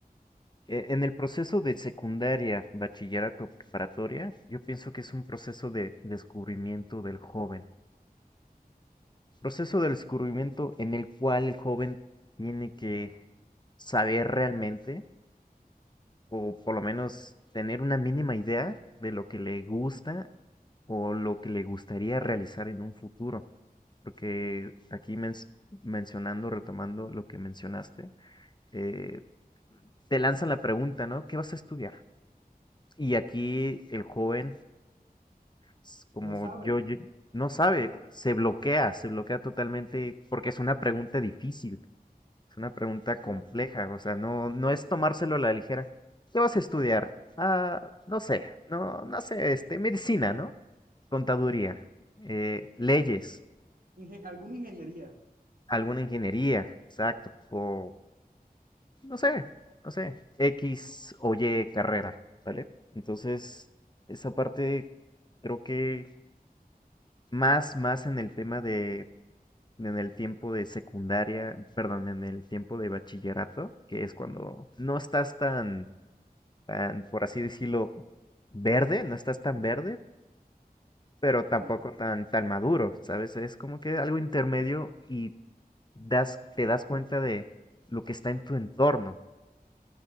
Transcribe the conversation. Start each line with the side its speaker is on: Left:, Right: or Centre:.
Left: e- en el proceso de secundaria, bachillerato, preparatoria, yo pienso que es un proceso de descubrimiento del joven. Proceso de descubrimiento
Right: sí,
Left: en el cual el joven tiene que saber realmente, o por lo menos tener una mínima idea de lo que le gusta o lo que le gustaría realizar en un futuro. porque aquí men- mencionando, retomando lo que mencionaste, eh, te lanzan la pregunta, ¿no? ¿Qué vas a estudiar? Y aquí el joven, s- como
Right: no sabe,
Left: yo, yo- no sabe, se bloquea, se bloquea totalmente porque es una pregunta difícil, es una pregunta
Right: sí.
Left: compleja, o sea, no, no es tomárselo a la ligera. ¿Qué vas a estudiar? Ah, no sé, no, no sé, este, medicina, ¿no? Contaduría, eh, leyes,
Right: Inge- alguna ingeniería,
Left: alguna ingeniería, exacto, o no sé, no sé, X o Y carrera, ¿vale? Entonces, esa parte creo que más, más en el tema de, en el tiempo de secundaria, perdón, en el tiempo de bachillerato, que es cuando no estás tan, tan, por así decirlo, verde, no estás tan verde, pero tampoco
Right: sí,
Left: tan, tan maduro, ¿sabes? Es como que algo intermedio y das, te das cuenta de lo que está en tu entorno,